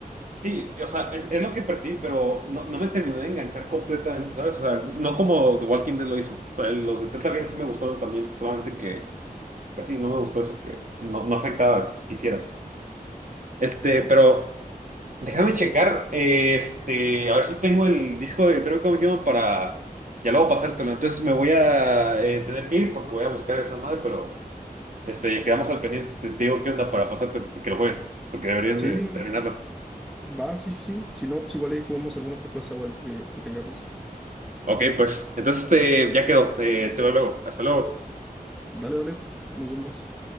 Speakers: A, on the right; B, in the centre.
A: Sí, o sea, es, es lo que percibí, pero no, no me terminó de enganchar completamente, ¿sabes? O sea, no como The Walking Dead lo hizo. Eh, Los de Telltale Games sí me gustaron también, solamente que, pues sí, no me gustó eso que no, no afectaba, quisieras. Este, pero Déjame checar, eh, este, a ver si tengo el disco de Detroit Become Human para ya luego pasártelo. Entonces me voy a eh, tener que ir porque voy a buscar esa madre, pero este, quedamos al pendiente. Este, te digo qué onda para pasártelo y que lo juegues, porque deberías
B: Sí,
A: de terminarlo.
B: va, sí, sí, sí. Si no, pues igual ahí jugamos alguna otra cosa o algo que, que tengamos.
A: Ok, pues, entonces este, ya quedó. Eh, te veo luego. Hasta luego.
B: Dale, dale, nos vemos.